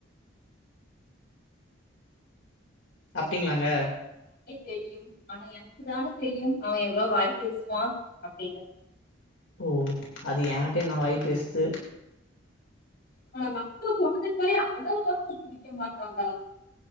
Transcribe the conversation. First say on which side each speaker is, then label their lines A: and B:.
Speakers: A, on the left; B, on the left.
A: அப்ட்டீங்களாங்க
B: தெரியு ஆனா எனக்கு தானே தெரியு அவ எவ்வளவு வாய் பேசுவா அப்டின்னு
A: ஓ அது என்கிட்டயே என்னா வாய் பேசுது
B: <unintelligible>